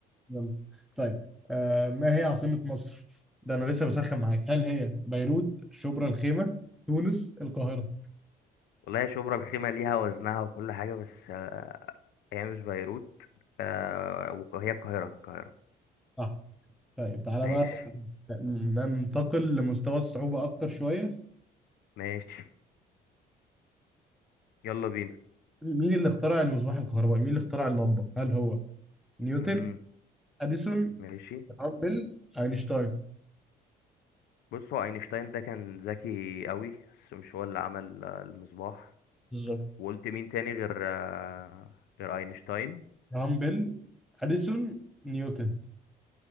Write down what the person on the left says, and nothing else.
والله يا شبرا الخيمة ليها وزنها وكل حاجة بس آه، هي مش بيروت آه، وهي القاهرة القاهرة
ماشي
ماشي يلا بينا
امم
ماشي
بص هو اينشتاين ده كان ذكي قوي بس مش هو اللي عمل آه، المصباح
وقلت مين تاني غير آه، غير اينشتاين